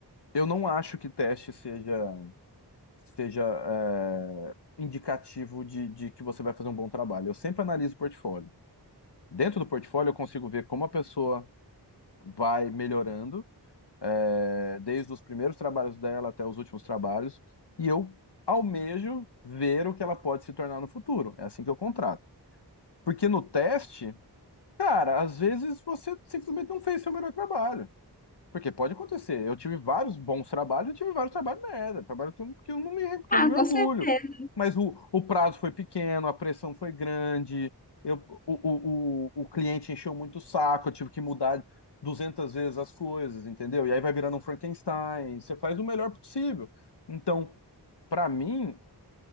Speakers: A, on the left; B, on the left.
A: Eu não acho que teste seja, seja é, indicativo de, de que você vai fazer um bom trabalho. Eu sempre analiso o portfólio. Dentro do portfólio, eu consigo ver como a pessoa vai melhorando, é, desde os primeiros trabalhos dela até os últimos trabalhos, e eu almejo ver o que ela pode se tornar no futuro. É assim que eu contrato. Porque no teste, cara, às vezes você simplesmente não fez seu melhor trabalho. Porque pode acontecer. Eu tive vários bons trabalhos, eu tive vários trabalhos merda. Trabalho que eu que eu não me, que
B: Ah,
A: eu não me
B: com
A: orgulho.
B: certeza.
A: Mas o, o prazo foi pequeno, a pressão foi grande, eu, o, o, o, o cliente encheu muito o saco, eu tive que mudar 200 vezes as coisas, entendeu? E aí vai virando um Frankenstein. Você faz o melhor possível. Então, para mim,